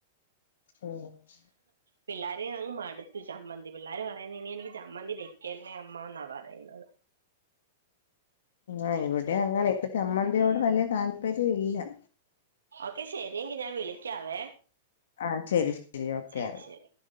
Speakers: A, on the left; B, on the right.
A: ഉം
B: പിള്ളാര് അങ്ങ് മട്ത്ത് ചമ്മന്തി പിള്ളാര് പറയ്ന്നത് ഇനി എനിക്ക് ചമ്മന്തി വെക്കല്ലേ അമ്മാന്നാ പറയ്ന്നത്
A: ആഹ് ഇവടിം അങ്ങനെ. ഇപ്പൊ ചമ്മന്തിയോട്
B: ഉം
A: വല്ല്യേ താല്പര്യ ഇല്ല
B: ഓക്കെ ശെരി ങ്കി ഞാം വിളിക്കാവേ
A: ആ ശെരി ശെരി ഓക്കെ
B: ശരി ശരി